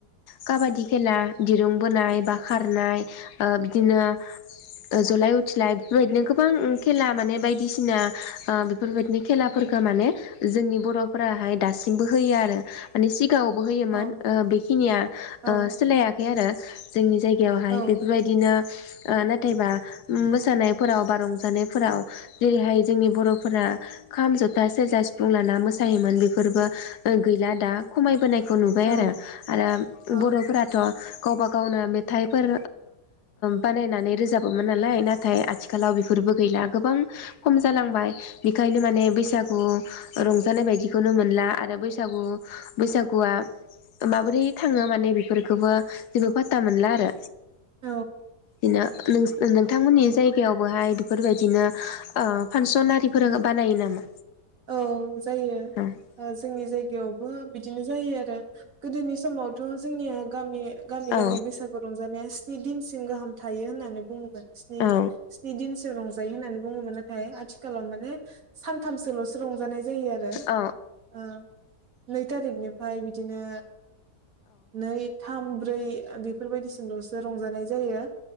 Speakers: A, on the left; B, on the right.
A: काबादि खेला दिरुं बोनाय बा खारनाय बिदिनो जलाय उथिलाय बेफोरबायदिनो गोबां खेला माने बायदिसिना बेफोरबायदिनो खेलाफोरखौ माने जोंनि बर'। हाय दासिमबो होयो आरो <inaudible> गावबो होयोमोन
B: औ
A: बेखिनिया
B: औ
A: सोलायाखै आरो। जोंनि जायगायावहाय
B: औ
A: बेफोरबायदिनो। नाथायबा मोसानायफोराव बा रंजानायफोराव जेरैहाय जोंनि बर'फोरा खाम जथा सेरजा सिफुं लाना मो। योमोन बेफोरबो गैला दा खमायबोनाय। बे खौ नुबाय
B: औ
A: आरो आरो
B: औ
A: बर'फोराथ'। गावबा गावनो मेथाइफोर बानायनानै रोजाबोमोन नालाय नाथाय। नाथाय आथिखालाव बेफोरबो गैला गोबां। खम जालांबाय बेखायनो माने बैसागु रंज <inaudible> जानाय बायदिखौनो मोनला आरो बैसागु बैसागुआ माबोरै थाङो माने बेफोरखौबो जेबो फाता मोनला आरो।
B: औ
A: बिनो नोंथांमोननि जायगायावबोहाय बेफोरबायदिनो फांसन आरिफोर बानायो नामा।
B: औ। जायो
A: औ
B: जोंनि जायगायावबो बि बिदिनो जायो आरो गोदोनि समावथ' जोंनिया गामि गामि
A: औ
B: गामि बैसागु रंजानाय <unintelligible> दिनसिम गाहाम थायो होननानै बुङोमोन। स्नि
A: औ
B: स्नि दिनसो रंज <unintelligible> आथिखालाव माने सान्थामसो <unintelligible> रंजानाय जायो आरो
A: औ
B: ओ। नै थारिखनिफ्राय बिदिनो। नै था थाम ब्रै बेफोरबायदिसिमल'सो रंजानाय जायो।